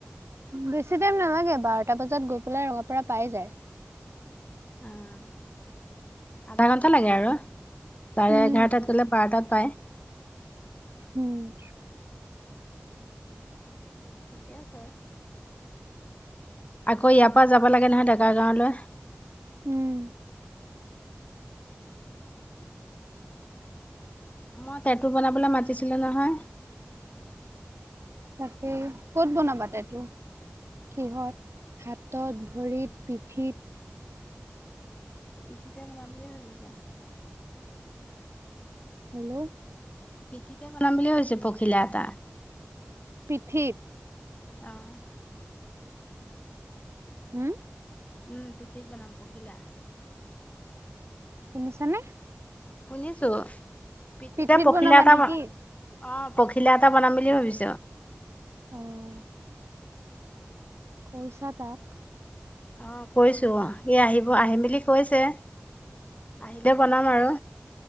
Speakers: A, on the right; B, on the left.
A: বেছি টাইম নালাগে বাৰটা বজাত গৈ পেলাই ৰঙা পৰা পাই যায়।
B: অ', আধা ঘন্টা লাগে আৰু। চাৰে
A: উম
B: এঘাৰটাত গ'লে বাৰটাত পায়।
A: উম।
B: ঠিকে আছে। আকৌ ইয়াৰ পৰা যাব লাগে নহয় ডেকাৰ গাঁৱলৈ।
A: উম।
B: মই তেঁটু বনাবলে মাতিছিলো নহয়।
A: তাকে ক'ত বনাবা তাইতটো? কিহঁত হাতত ভৰিত পিঠিত?
B: পিঠিতে বনাম বুলি ভাবিছা।
A: হেল্ল'?
B: পিঠিতে বনাম বুলি ভাবিছোঁ পখিলা এটা।
A: পিঠিত?
B: অ'।
A: হম?
B: উম, পিঠিত বনাম পখিলা।
A: শুনিছা নে?
B: শুনিছো পিঠিতে
A: পিঠিত
B: পখিলা
A: বনাবা
B: এটা
A: নেকি?
B: বনাম। অ', পখিলা এটা বনাম বুলি ভাবিছো।
A: অ'। কৈছা তাক।
B: অ', কৈছোঁ অ', আহিব আহিম বুলি কৈছে আহিলে বনাম আৰু।